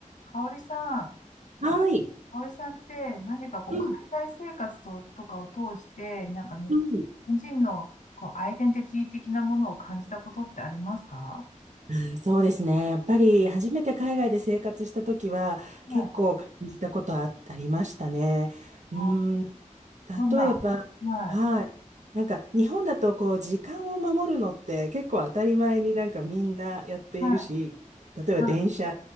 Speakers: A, on the left (about 70°); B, on the right (about 60°).
A: かおりさん、か
B: はい。
A: おりさんって何かこう海外生活と、
B: うん、
A: とかを通して、なんかに、
B: うん。
A: 日本人のこうアイデンティティ的なものを感じたことってありますか
B: あーそうですね。やっぱり初めて海外で生活した時は結構感じたことはあ、
A: はい。
B: ありましたね。
A: あ、
B: うーん、例えば、
A: どんな、はい、
B: はい。なんか日本だとこう時間を守るのって結構当たり前になんかみんなやっているし、
A: は
B: 例えば電車
A: い、は